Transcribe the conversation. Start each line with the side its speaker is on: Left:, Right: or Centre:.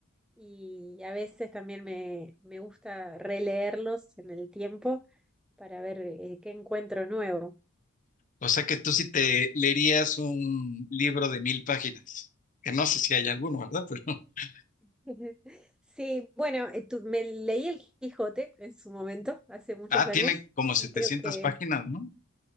Centre: Y a veces también me, me gusta releerlos en el tiempo para ver eh, qué encuentro nuevo.
Left: O sea que tú sí te leerías un libro de mil páginas, que no sé si hay alguno, ¿verdad? Pero, <laughs>
Centre: <laughs> Sí, bueno, eh, tu- me leí el Quijote en su momento, hace muchos
Left: ah,
Centre: años,
Left: tiene como 700
Centre: y creo que
Left: páginas, ¿no?